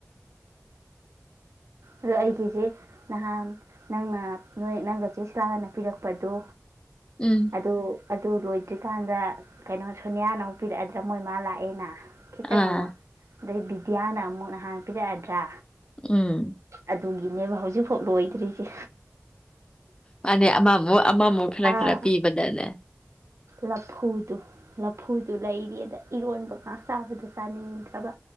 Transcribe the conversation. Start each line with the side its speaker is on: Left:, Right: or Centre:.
Right: ꯑꯗꯣ ꯑꯩꯒꯤꯁꯦ ꯅꯍꯥꯟ ꯅꯪꯅ ꯅꯣꯏ ꯅꯪꯒ ꯆꯦꯁꯤꯂꯥꯛꯑꯅ ꯄꯤꯔꯛꯄꯗꯨ
Left: ꯎꯝ
Right: ꯑꯗ ꯑꯗꯨ ꯔꯣ ꯍꯧꯖꯤꯛꯀꯥꯟꯗ ꯀꯩꯅꯣ ꯁꯣꯅꯤꯌꯥꯅ ꯑꯃꯨꯛ ꯄꯤꯔꯛꯑꯗ꯭ꯔꯥ ꯃꯣꯏ ꯃꯥꯥ ꯂꯥꯛꯑꯦꯅ <unintelligible>
Left: ꯑꯥ
Right: ꯑꯗꯩ ꯕꯤꯗ꯭ꯌꯥꯅ ꯑꯃꯨꯛ ꯅꯍꯥꯟ ꯄꯤꯔꯛꯑꯗ꯭ꯔꯥ
Left: ꯎꯝ
Right: ꯑꯗꯨꯒꯤꯅꯦꯕ ꯍꯧꯖꯤꯛꯐꯥꯎ ꯂꯣꯏꯗ꯭ꯔꯤꯁꯦ
Left: ꯃꯅꯤ ꯑꯃꯥꯃꯨꯛ ꯑꯃꯃꯨꯛ ꯈꯔ
Right: ꯑꯥ
Left: ꯈꯔ ꯄꯤꯕꯗ ꯅꯦ
Right: ꯂꯐꯨꯗꯨ ꯂꯐꯨꯗꯨ ꯂꯩꯔꯤ ꯑꯗ ꯏꯔꯣꯟꯕ ꯉꯥꯛ ꯆꯥꯕꯗ ꯆꯥꯅꯤꯡꯗ꯭ꯔꯕ